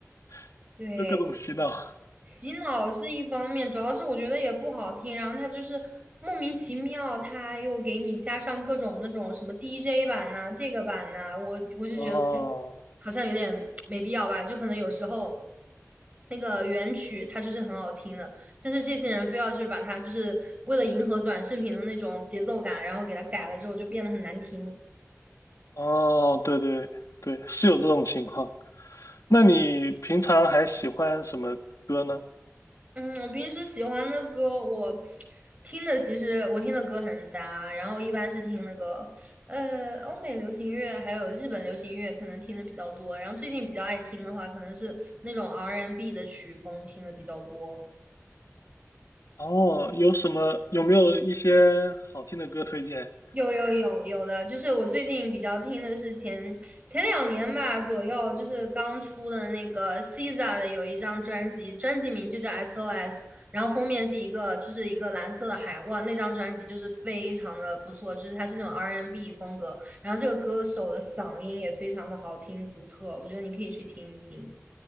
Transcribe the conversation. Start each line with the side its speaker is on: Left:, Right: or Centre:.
Left: <laughs>
Right: 对。
Left: 就各种洗脑。
Right: 洗脑是一方面，主要是我觉得也不好听，然后他就是莫名其妙，他又给你加上各种那种什么 DJ 版呐、这个版呐、我我就觉得
Left: 哦
Right: 好像有点没必要吧，就可能有时候那个原曲它就是很好听的，但是这些人非要就是把它就是为了迎合短视频的那种节奏感，然后给它改了之后就变得很难听。
Left: 哦，对对对，是有这种情况。那你平常还喜欢什么歌呢？
Right: 嗯，我平时喜欢的歌，我听的其实我听的歌很杂，然后一般是听那个呃欧美流行乐，还有日本流行乐，可能听的比较多。然后最近比较爱听的话，可能是那种 R&B 的曲风听的比较多。
Left: 哦，有什么，有没有一些好听的歌推荐？
Right: 有有有有的，就是我最近比较听的是前前两年吧左右，就是刚出的那个 SZA 的有一张专辑，专辑名就叫 SOS，然后封面是一个就是一个蓝色的海，哇，那张专辑就是非常的不错，就是它是那种 R&B n 风格，然后这个歌手的嗓音也非常的好听独特，我觉得你可以去听一听。